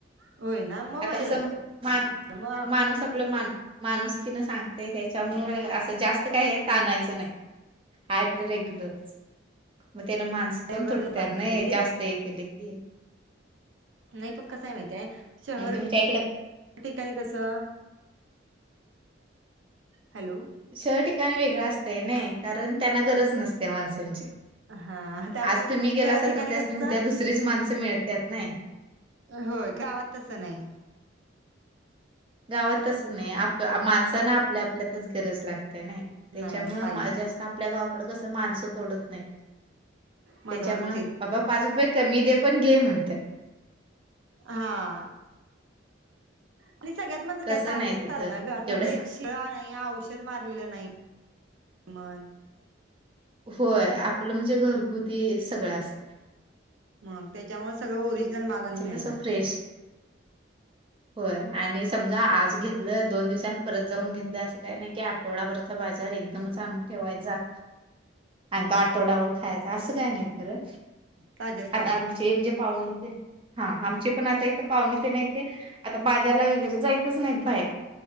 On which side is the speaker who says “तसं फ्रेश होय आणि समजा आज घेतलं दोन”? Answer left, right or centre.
Right